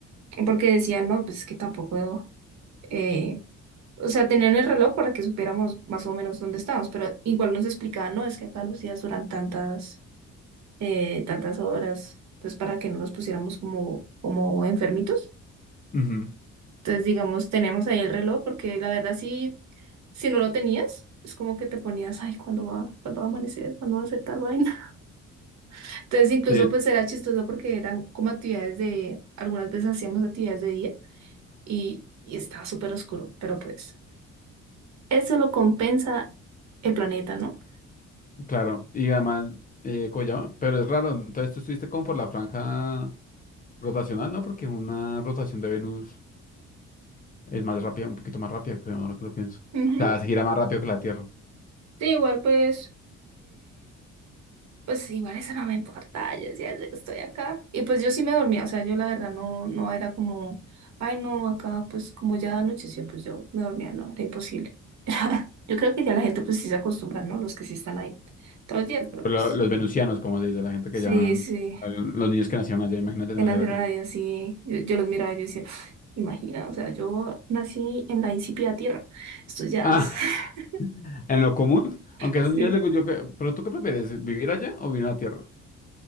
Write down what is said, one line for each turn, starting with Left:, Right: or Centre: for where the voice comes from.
Right: Porque decían, no, pues es que tampoco. Eh... O sea, tenían el reloj para que supiéramos más o menos dónde estábamos, pero igual nos explicaban, no, es que acá los días duran tantas, eh, tantas horas. Entonces, para que no nos pusiéramos como, como enfermitos.
Left: Ujú,
Right: Entonces, digamos, tenemos ahí el reloj, porque la verdad sí, si no lo tenías, es como que te ponías, ay, ¿cuándo va, cuándo va a amanecer? ¿Cuándo va a ser tal vaina? <laughs> Entonces, incluso
Left: Sí,
Right: pues era chistoso porque eran como actividades de, algunas veces hacíamos actividades de día y, y estaba súper oscuro, pero pues eso lo compensa el planeta, ¿no?
Left: claro. Y además, eh, ¿cómo se llama? Pero es raro, entonces tú estuviste como por la franja. Rotacional no, porque una rotación de Venus es más rápida, un poquito más rápida, creo, ahora que lo pienso. O
Right: Ujú.
Left: sea, se gira más rápido que la Tierra.
Right: Sí, igual pues Pues igual eso no me importa, yo decía desde que estoy acá. Y pues yo sí me dormía, o sea, yo la verdad no, no era como, ay no, acá pues como ya anocheció, pues yo me dormía, no, era imposible. <laughs> Yo creo que ya la gente pues sí se acostumbra, ¿no? Los que sí están ahí todos los días, pero
Left: Pero
Right: pues
Left: lo- los venusianos, como se dice, la gente
Right: sí,
Left: que ya...
Right: sí,
Left: Los niños que nacieron allá, imagínate
Right: que
Left: nacer
Right: nacieron
Left: allá.
Right: ahí así, yo, yo los miraba y yo decía, <sighs> imagina, o sea, yo nací en la insípida tierra, estos ya,
Left: Ah,
Right: <laughs>
Left: <laughs> en lo común, aunque a
Right: sí.
Left: esos niños les gu- yo que- ¿Pero tú qué prefieres, vivir allá o vivir en la Tierra?